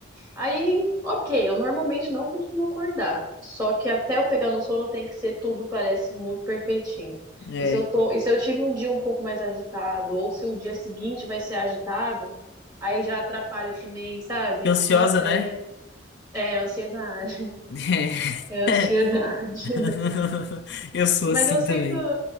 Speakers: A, on the right; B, on the left.
A: Aí, ok, eu normalmente não costumo acordar. Só que até eu pegar no sono tem que ser tudo, parece muito perfeitinho.
B: É.
A: E se eu tô, e se eu tive um dia um pouco mais agitado, ou se o dia seguinte vai ser agitado, aí já atrapalha também, sabe?
B: Fiquei Ansiosa,
A: Nossa,
B: né?
A: é, é ansiedade. <laughs>
B: É.
A: É ansiedade.
B: <laughs> Eu sou
A: Mas
B: assim
A: eu sinto,
B: também.